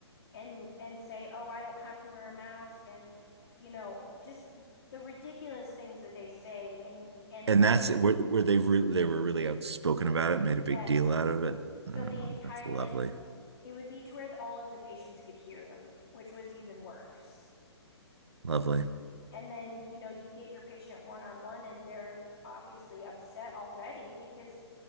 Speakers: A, on the left; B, on the right.
A: and and say, "Oh, I don't have to wear a mask," and you know, just the ridiculous things that they say and and
B: And that's where, where they re they were really outspoken about it, made a big
A: yes.
B: deal out of it.
A: So
B: Oh,
A: the entire
B: that's lovely.
A: like it would be to where all of the patients could hear them, which was even worse.
B: Lovely.
A: And then, you know, you get your patient one on one and they're obviously upset already because